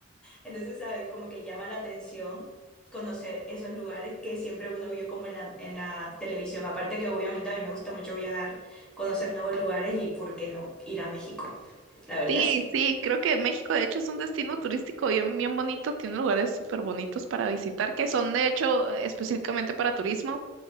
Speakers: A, in the centre; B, on the right.
A: entonces, ¿sabes? Como que llama la atención conocer esos lugares que siempre uno vio como en la, en la televisión. Aparte que obviamente a mí me gusta mucho viajar, conocer nuevos lugares y, ¿por qué no?, ir a México. La verdad,
B: Sí,
A: sí.
B: sí, creo que México de hecho es un destino turístico bien, bien bonito, tiene lugares súper bonitos para visitar, que son de hecho específicamente para turismo,